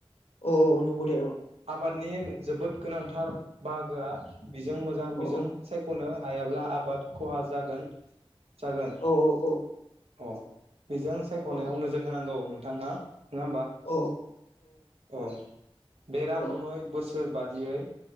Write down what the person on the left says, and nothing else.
अ अ नंगौ दे औ।
औ
औ
औ औ औ।
औ
औ
औ